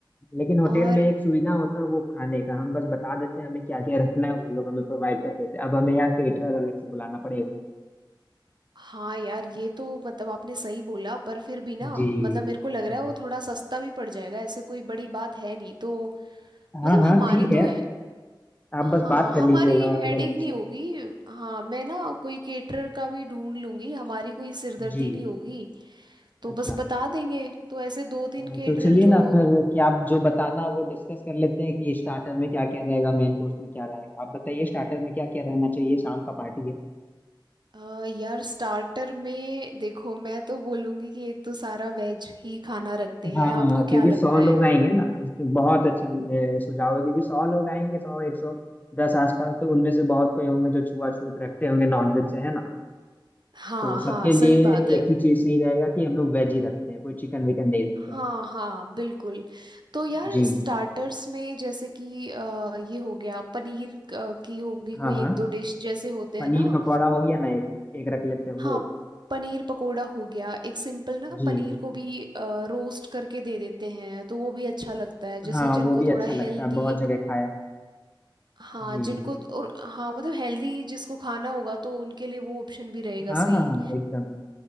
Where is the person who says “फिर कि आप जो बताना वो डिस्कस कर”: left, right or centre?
Left